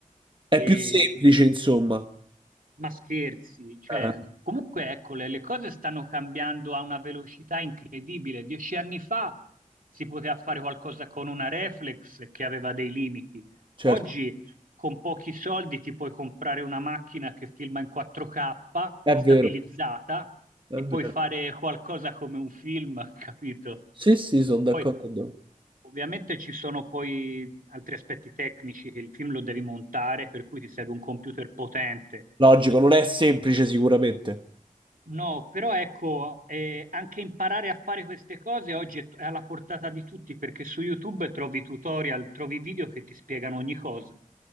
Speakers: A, on the right (about 35°); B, on the right (about 75°).
A: è
B: E
A: più semplice, insomma.
B: ma scherzi, cioè,
A: Eh,
B: comunque ecco, le, le cose stanno cambiando a una velocità incredibile. Dieci anni fa si poteva fare qualcosa con una reflex che aveva dei limiti.
A: certo,
B: Oggi con pochi soldi ti puoi comprare una macchina che filma in 4K
A: è
B: stabilizzata
A: vero, è
B: e
A: vero.
B: puoi fare qualcosa come un film, <laughs> capito?
A: Sì, sì, sono d'accordo.
B: Poi ovviamente ci sono poi altri aspetti tecnici che il film lo devi montare, per cui ti serve un computer potente
A: Logico, non è semplice sicuramente.
B: No, però ecco, eh, anche imparare a fare queste cose oggi è, è alla portata di tutti perché su YouTube trovi tutorial, trovi video che ti spiegano ogni cosa.